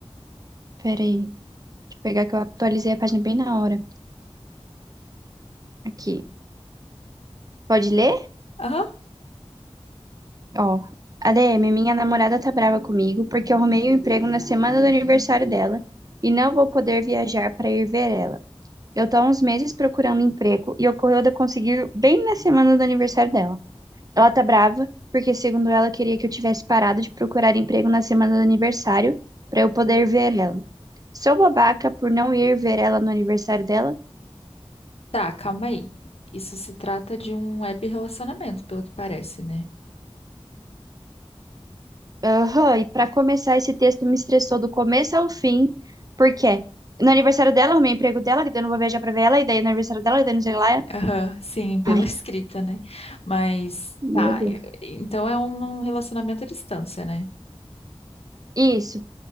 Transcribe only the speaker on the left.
Aham.
Tá, calma aí. Isso se trata de um web relacionamento, pelo que parece, né?
Aham, sim, pela
<laughs> escrita, né? Mas,
tá,
eu- então é um um relacionamento à distância, né?